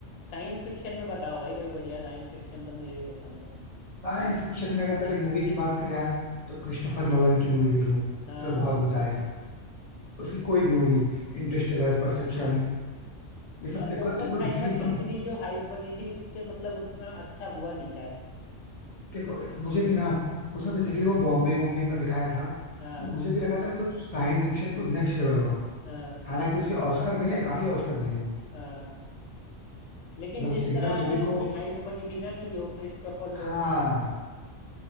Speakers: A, on the left (about 80°); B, on the left (about 50°).
A: साइंस फिक्शन में बताओ भाई कोई बढ़िया साइंस फिक्शन तो मुझे भी पसंद है
B: साइंस फिक्शन में अगर पहले मूवी की बात करें यार तो क्रिस्टोफर नोलन की मूवी देख लो तो
A: हाँ
B: तुम्हें बहुत मजा आएगा उसकी कोई भी मूवी इंटरस्टेलर परसेप्शन ये सब
A: यार
B: देखो
A: ओपनहाइमर
B: यार तुमको लिटरली एकदम
A: की इतनी जो हाइप बनी थी उससे मतलब उतना अच्छा हुआ नहीं शायद
B: देखो मुझे भी ना उसने बेसिकली वो बॉम्बे बॉम्बे का दिखाया था
A: हाँ
B: तो मुझे भी लगा था कि साइंस फिक्शन कुछ नेक्स्ट लेवल होगा
A: हाँ
B: हालांकि उसे ऑस्कर मिले काफी ऑस्कर मिले हैं
A: हाँ लेकिन
B: मतलब
A: जिस
B: उस सिंगल
A: तरह
B: मूवी
A: से उसकी
B: को
A: हाइप बनी थी ना कि वो क्रिस्टोफर लोन
B: हाँ